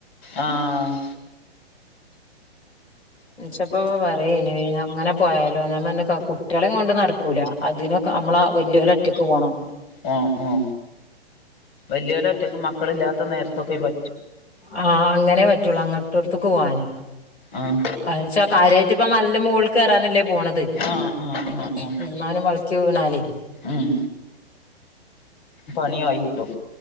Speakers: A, on the left; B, on the left.
A: ആഹ ഉം
B: വിൾച്ചപ്പോ പറയേനിേ അങ്ങനെ പോയാലോ ഞാൻ പറഞ്ഞ് ക്ക കുട്ടികളെകൊണ്ട് നടക്കൂല അതിനൊക്കെ നമ്മളാ ആ വല്ല്യോലൊറ്റക്ക് പോണം
A: ഓ ഓ വല്ല്യോലൊറ്റക്കും മക്കൾ ഇല്ലാത്ത നേരത്തൊക്കെ പ
B: ആഹ അങ്ങനെ പറ്റുള്ളു അങ്ങോട്ടടുത്ത്ക്ക് പോവാന്
A: ആഹ്
B: അയ്ന്ച്ചാ കാര്യായിട്ട് ഇപ്പം മലന്റെ മോൾക്ക് കേറാനല്ലേ പോണത് ഉം
A: ആഹ് ആഹ് ആഹ് ആഹ്
B: എങ്ങാനും വൾക്കി വീണാലേ
A: ഉം പണിയായി കിട്ടും